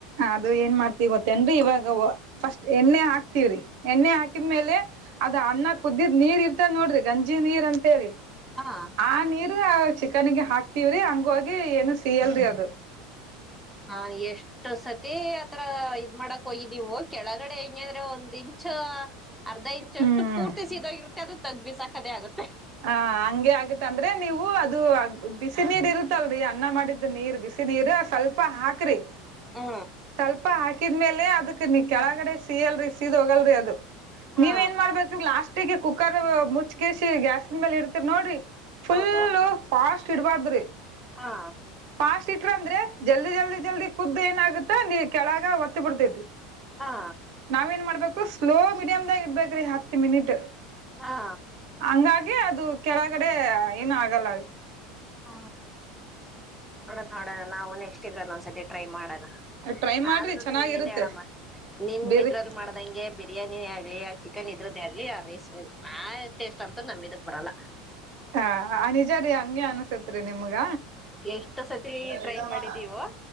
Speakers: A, on the right; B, in the centre.
A: ಅದು ಏನ್ ಮಾಡ್ತತಿವಿ ಗೊತ್ತೇನ್ರಿ ಇವಾಗ ಫಸ್ಟ್ ಎಣ್ಣೆ ಹಾಕ್ತವ್ರಿ. ಎಣ್ಣೆ ಹಾಕಿದ್ಮೇಲೆ ಅದ ಅನ್ನ ಕುದ್ದಿದ್ ನೀರ್ ಇರ್ತಾ ನೋಡ್ರಿ ಗಂಜಿ ನೀರ್ ಅಂತೇಳಿ
B: ಹಾ
A: ಆ ನೀರು ಚಿಕನ್ಗೆ ಹಾಕ್ತಿವ್ರಿ ಹಂಗೋಗಿ ಏನು ಸಿಯಲ್ರಿ ಅದು.
B: ಹಾ ಎಷ್ಟು ಸತಿ ಆತ್ರಾ ಇದ್ ಮಾಡಾಕ್ ಹೋಗಿದ್ದೀವು ಕೆಳಗಡೆ ಹೆಂಗಾದ್ರೆ ಒಂದ ದಿಚ್ ಚೋ ಅರ್ಧ ಇಂಚ
A: ಹ್ಮ್
B: ಅಷ್ಟು ಪೂರ್ತಿ ಸೀದಾಗಿರುತ್ತೆ ಅದು ತಗಬಿಸಕೋದೇ ಆಗತ್ತೆ
A: ಹ ಹಂಗೆ ಆಗತ್ತ ಅಂದ್ರೆ ನೀವು ಅದು ಬಿಸ ನೀರ್ ಇರುತ್ತಲ್ರರಿ ಅನ್ನ ಮಾಡಿದ್ದು ನೀರ್ ಬಿಸಿ. ನೀರ ಸ್ವಲ್ಪ ಹಾಕ್ರಿ
B: ಹ್
A: ಸ್ವಲ್ಪ ಹಾಕಿದ್ಮೇಲೆ ಅದಕ್ ನೀ ಕೆಳಗಡೆ ಸೀಯಲ್ರರಿ ಸೀದ್ ಹೋಗಲ್ರರಿ ಅದು.
B: ಹಾ
A: ನೀವ ಏನ್ ಮಾಡ್ಬೇಕು ಲಾಸ್ಟಿಗೆ ಕುಕ್ಕರ್ ಮುಚ್ಚಕೆಸಿ ಗ್ಯಾಸ್ ಇಡ್ತರಿ ನೋಡ್ರಿ ಫುಲ್ಲು
B: ಹೌದು
A: ಫಾಸ್ಟ್ ಇಡ್ಬಾರ್ದ್ರಿ.
B: ಹಾ
A: ಫಾಸ್ಟ್ ಇಟರ್ ಅಂದ್ರೆ ಜಲ್ದಿ ಜಲ್ದಿ ಜಲ್ದಿ ಖುದ್ದ ಏನಾಗುತ್ತಾ ನೀ ಕೆಳಗ ಒತ್ತಿ ಬಿಡ್ತಿತಿ. <unintelligible>
B: ಹಾ
A: ನಾವ್ ಏನ್ ಮಾಡ್ಬೇಕು ಸ್ಲೋ ಮೀಡಿಯಮ್ದಾಗ ಇಡ್ಬೇಕ್ರಿ ಹತ್ ಮಿನಿಟ್.
B: ಹಾ
A: ಹಂಗಾಗಿ ಅದು ಕೆಳಗಡೆ ಏನು ಆಗಲ್ಲ ಅಲ್ಲಿ.
B: ಹ ನೋಡೋಣ ನೋಡೋಣ ನಾವು ನೆಕ್ಸ್ಟ್ ಇಲ್ಲ ಒಂದ್ಸತಿ ಟ್ರೈ ಮಾಡೋಣ.
A: ಟ್ರೈ ಮಾಡ್ರಿ
B: ಆದ್ರೂನು
A: ಚೆನ್ನಾಗಿರುತ್ತೆ
B: ಏನ್ ಹೇಳಮ್ಮ ನಿಮ್
A: ಬೇರೆ
B: ಇದ್ರಲ್ಲಿ ಮಾಡ್ದಂಗೆ ಬೆ ಬಿರಿಯಾನಿನೇ ಆಗ್ಲಿ ಆ ಚಿಕನ್ ಇದ್ರದೆ ಆಗ್ಲಿ ಆ ರೈಸ್ ಆ ಟೇಸ್ಟ್ ಅಂತ ನಮಿದಕ್ ಬರಲ್ಲ.
A: ಹಾ ಅ ನಿಜಾರಿ ಅಂಗೆ ಅನುಸ್ ತ್ರಿ ನಿಮ್ಗ
B: ಎಷ್ಟು ಸತಿ
A: <unintelligible>
B: ಟ್ರೈ ಮಾಡಿದೀವೋ